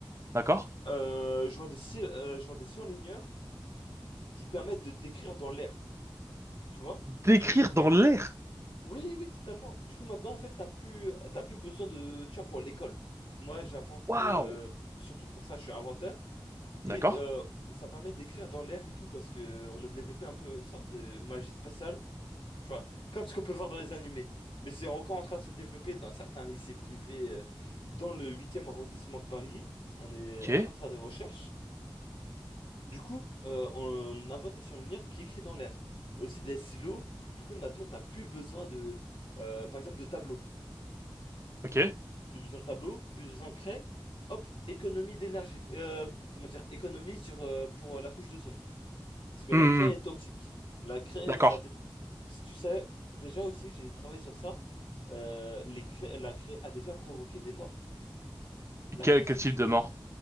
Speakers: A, on the right; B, on the left.
A: d'accord.
B: Euh, je vends des, sil- euh, je vends des surligneurs qui permettent de d'écrire dans l'air, tu vois?
A: D'écrire dans l'air.
B: Oui, oui, totalement. Du coup, maintenant, en fait, t'as plus, t'as plus besoin de, tu vois, pour l'école. Moi, j'invente,
A: Waouh!
B: euh, surtout pour ça, je suis inventeur. Et
A: D'accord.
B: euh, ça permet d'écrire dans l'air et tout parce que euh, on a développé un peu une sorte de magie spatiale, tu vois, comme ce qu'on peut voir dans les animés. Mais c'est encore en train de se développer dans certains lycées privés euh, dans le huitième arrondissement de Paris. On est
A: Ok,
B: en train de faire des recherches. Du coup, euh, on invente des surligneurs qui écrit dans l'air. Aussi des silos. Du coup, maintenant, t'as plus besoin de, euh, par exemple, de tableaux.
A: ok.
B: Plus besoin de tableaux, plus besoin de craie. Hop, économie d'énergie. Euh, comment dire, économie sur, euh, pour la couche de Parce que
A: Hmm,
B: la craie est toxique. La craie,
A: d'accord.
B: ça... a des- Si tu sais, déjà aussi, j'ai travaillé sur ça. euh, les craies- La craie a déjà provoqué des morts. La
A: Quel,
B: toxicité,
A: quel type de mort?